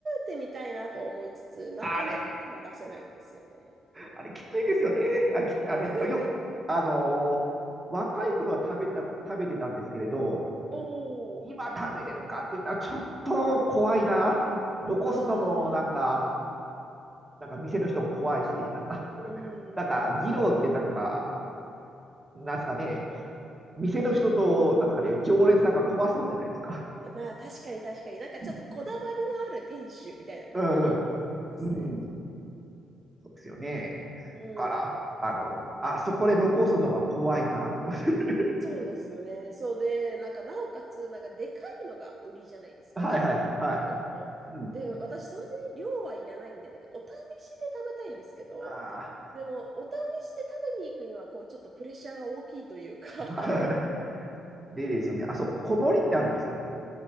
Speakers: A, on the right; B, on the right.
A: べてみたいなと思いつつ、なかなか手が出せないんですよね。
B: あれね、あれきついですよね。あ、き、あの、
A: <laughs>
B: よ、あのー若い頃は食べた、食べてたんですけれど、
A: お
B: 今食べれるかって言ったら、ちょっと怖いな。残すのもなんか、
A: ああ、
B: なんか店の人も怖いし、なんか、
A: う
B: なんか、
A: ん。
B: 二郎ってなんか、なんですかね、店の人と、なんですかね、常連さんが怖そうじゃないですか。
A: まあ確かに確かに。なんかちょっとこだわりのある店主みたいな感じのイメージがありますね。
B: <laughs> うん、うん、そうですよね。
A: うん。
B: だから、あの、あそこで残すのは怖いなと思って。
A: そうですよね。そうで、なんかなおかつ、なんかでかいのが売りじゃないですか、
B: <laughs> はいはいはい、
A: 二郎系。
B: はい。
A: ちょっと。
B: うん。
A: で、私そんなに量はいらないんで、なんかお試しで食べたいんですけど、
B: あ
A: でもお試しで食べに行くには、こうちょっとプレッシャーが大きいというか
B: あ。<laughs>
A: <laughs>
B: でですね、あそこ、小森ってあるんですよ。